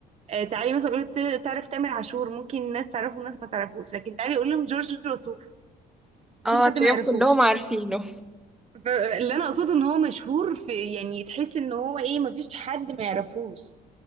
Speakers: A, on the right; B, in the centre.
A: آه، تعالي مثلا قولي له تعرف تامر عاشور ممكن ناس تعرفه وناس ما تعرفوش لكن تعالي قول لهم جورج وسوف
B: اه
A: مفيش حد
B: تلاقيهم
A: ما يعرفوش
B: كلهم عارفينه
A: فاللي انا اقصده ان هو مشهور في يعني تحس ان هو ايه مفيش حد ما يعرفوش